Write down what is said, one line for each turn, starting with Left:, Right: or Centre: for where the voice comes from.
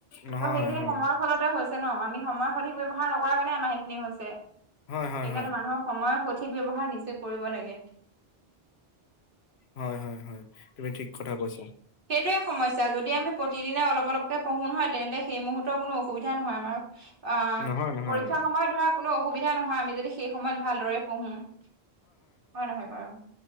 Left: নহয়
Right: ত' সেইখিনি
Left: হয়
Right: সময়ৰ ফলতে হৈছে ন আমি <unintelligible> সময়ৰ সঠিক ব্যৱহাৰ নকৰা কাৰণে আমাৰ সেইখিনি হৈছে। <unintelligible>
Left: হয় হয়
Right: সেইকাৰণে
Left: হয়
Right: মানুহৰ সময় সঠিক ব্যৱহাৰ নিজে কৰিব লাগে। <unintelligible>
Left: হয়-হয়-হয়, তুমি ঠিক কথা কৈছা। <unintelligible>
Right: সেইটোৱেই সমস্যা যদি আমি প্ৰতিদিনে অলপ-অলপকে পঢ়ো হয় তেন্তে সেই মুহূৰ্তৰ কোনো অসুবিধা নহয় আমাৰ। <unintelligible> অঁ!
Left: নহয় নহয়
Right: পৰীক্ষাৰ
Left: হয়
Right: সময়ত ধৰা কোনো অসুবিধা নহয় আমি যদি সেই সময়ত ভালদৰে পঢ়োঁ। <unintelligible> হয় নহয় বাৰু?